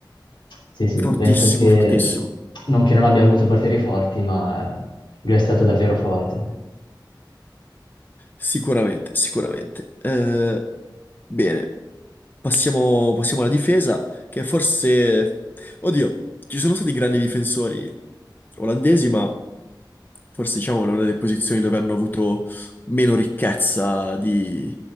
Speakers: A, on the left; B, on the left.
A: Sì, sì,
B: Fortissimo,
A: penso che
B: fortissimo.
A: non che non abbia avuto portieri forti, ma lui è stato davvero forte.
B: Sicuramente, sicuramente. Eh, bene, passiamo, passiamo alla difesa, che forse... Oddio, ci sono stati grandi difensori olandesi, ma forse diciamo è una delle posizioni dove hanno avuto meno ricchezza di,